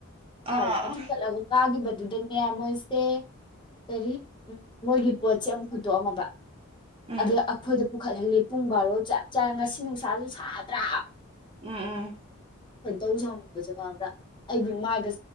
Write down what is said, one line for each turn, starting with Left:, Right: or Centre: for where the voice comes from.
Right: ꯑꯥ
Left: ꯒꯥꯔꯤ ꯅ ꯀꯂꯒ ꯀꯥꯒꯤ ꯑꯗꯨꯗꯅꯦ ꯃꯣꯏꯁꯦ ꯀꯔꯤ ꯎ ꯃꯣꯏꯒꯤ ꯄꯣꯠꯁꯦ ꯑꯃꯨꯛ ꯍꯨꯠꯇꯣꯛꯑꯝꯃꯕ
Right: ꯎꯝ
Left: ꯑꯗ ꯑꯩꯈꯣꯏꯗ ꯄꯨꯈꯠꯍꯜꯂꯤ ꯄꯨꯡ ꯕꯥꯔꯣ ꯆ ꯆ ꯉꯁꯤ ꯅꯨꯡꯁꯥꯁꯨ ꯁꯥꯗ꯭ꯔꯥ
Right: ꯎꯝ ꯎꯝ
Left: ꯍꯣꯏ ꯇꯧꯖꯍꯅꯤꯡꯕꯕꯁꯤꯅꯣꯕ ꯑꯩꯗꯤꯒ